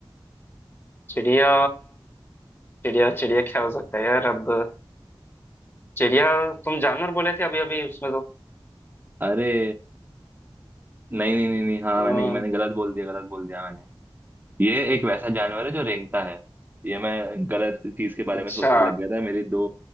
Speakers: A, on the left; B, on the right.
A: चिड़िया चिड़िया चिड़िया क्या हो सकता है यार अब चिड़िया तुम जानवर बोले थे अभी अभी उसमें तो
B: अरे नहीं नहीं नहीं नहीं हाँ
A: अम्म,
B: मैंने मैंने गलत बोल दिया गलत बोल दिया मैंने। ये एक वैसा जानवर है जो रेंगता है ये मैं गलत चीज के बारे
A: अच्छा
B: में सोचने लग गया था मेरी दो